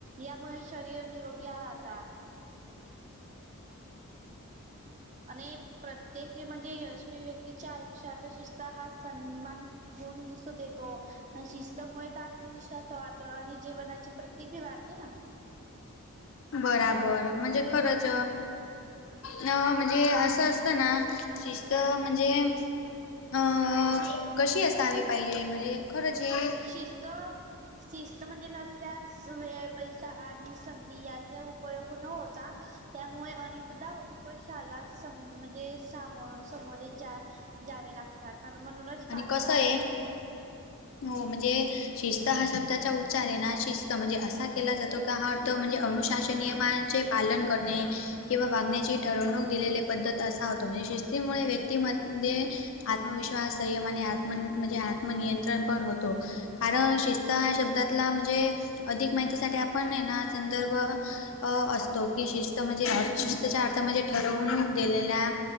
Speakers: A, on the right (about 35°); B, on the left (about 60°).
A: यामुळे शरीर निरोगी राहतात. आणि प्रत्येक म्हणजे यशवी व्यक्तीच्या आयुष्यात शिषत हा सन्मान गुण दिसत देतो. आणि शिस्तमुळे तर आत्मविश्वास वाढतो आणि जीवनाची प्रतिभी वाढते ना.
B: बराबर म्हणजे खरंच म्हणजे अस. त असताना शिस्त म्हणजे अ कशी असावी पाहिजे म्हणजे खरं जे
A: शिस्त शिस्त म्हणजे नसल्यान व पैसा आणि संधी याचा उपयोग न होता. त्यामुळे अनेकदा अुपशाला सम म्हणजे सामो समोरे जा जावे लागतात आणि म्हणूनच पालक
B: कसं
A: आणि
B: आहे
A: श
B: हो म्हणजे शिस्त हा शब्दाचा उच्चार आहे ना. शिस्त म्हणजे असा केला जातो हा अर्थ म्हणजे अनुशासन नियमाचे पालन करणे किंवा वागण्याची ठरवणूक दिलेले पद्धत असा होतो म्हणजे शिस्तीमुळे व्यक्तीमध्ये आत्मविश्वास संयमाने आत्म म्हणजे आत्मनियंत्रण पण होतो. कारण शिस्त ह शब्दातला म्हणजे अधिक माहितीसाठी आपण ना संदर्भ अं असतो की शिस्त म्हणजे अ शिस्तच्या अर्था म्हणजे ठरवून दिलेल्या